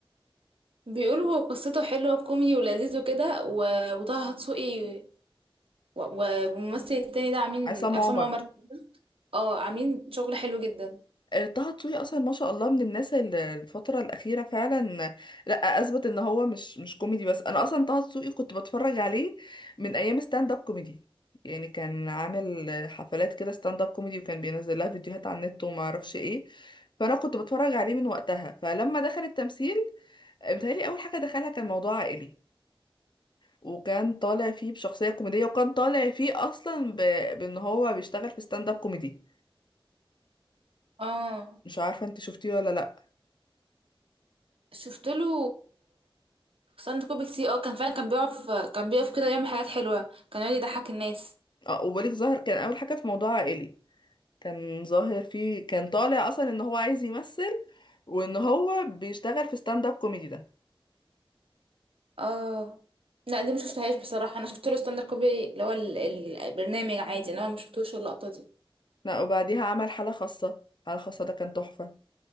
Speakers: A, on the right; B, on the left.
A: بيقولوا هو قصته حلوة وكوميدي ولذيذ وكده و- وطه دسوقي و- و- والممثل التاني ده عاملين
B: عصام
A: عصام
B: عمر
A: عمر اه عاملين شغل حلو جدا
B: آه، طه دسوقي اصلا ما شاء الله من الناس اللي الفتره الاخيره فعلا لا اثبت ان هو مش مش كوميدي بس انا اصلا طه دسوقي كنت بتفرج عليه من ايام ستاند اب كوميدي يعني كان عامل حفلات كده ستاند اب كوميدي وكان بينزل لها فيديوهات على النت وما اعرفش ايه فانا كنت بتفرج عليه من وقتها فلما دخل التمثيل آه، متهيألي اول حاجه دخلها كان موضوع عائلي وكان طالع فيه بشخصيه كوميديه وكان طالع فيه اصلا ب... بان هو بيشتغل في ستاند اب كوميدي
A: اه
B: مش عارفه انت شفتيه ولا لا
A: شفت له ساند كوبي كتير اه كان فعلا كان بيقف كان بيقف كده يعمل حاجات حلوة كان يقعد يضحك الناس
B: اه وبليغ ظاهر كان اول حاجه في موضوع عائلي كان ظاهر فيه كان طالع اصلا ان هو عايز يمثل وان هو بيشتغل في ستاند اب كوميدي ده
A: اه لا دي ما شفتهاش بصراحة انا شفت له ستاند كوبي اللي هو ال- ال- البرنامج عادي انا ما شفتوش اللقطة دي
B: لا وبعديها عمل حاله خاصه حاله خاصه ده كان تحفه